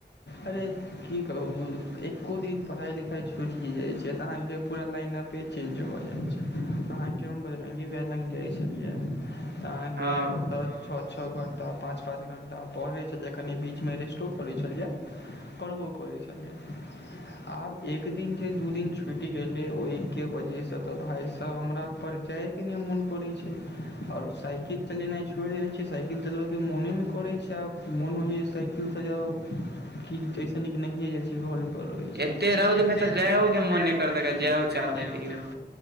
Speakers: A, on the left; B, on the right.
A: अरे की कहू एको दिन पढ़ाइ लिखाइ छुटि जाइ छै तऽ अहाँके पूरा लाइनअप चेंज अहाँके हम बजरंगी भैया लंग जाइ छलियै त अहाँके
B: हँ
A: ओतय छ छओ घंटा पाँच पाँच घंटा पढ़ै छलियै कनि बीचमे रेस्टो करैत छलियै पढ़बो करै छलियै आब एक दिन जे दू दिन छुटि गेलै ओहिके वजहसँ से तऽ भाइ सब हमरापर जाइके नहि मोन करै छै आओर साइकिल चलेनाइ छोड़ि देने छी साइकिल चलबय के मोने नहि करैत छै आब मोन होइ छै साइकिल सँ जाउ की ऐस निक नहिये जाइ छी घरे पर रहै छी
B: एते रौद
A: एते
B: मे तऽ जायो
A: रौद मे
B: के
A: त
B: मोन
A: जायो
B: नहि करत
A: के
B: अगर
A: मन
B: जायो
A: नै करतै
B: चाहबै तैयो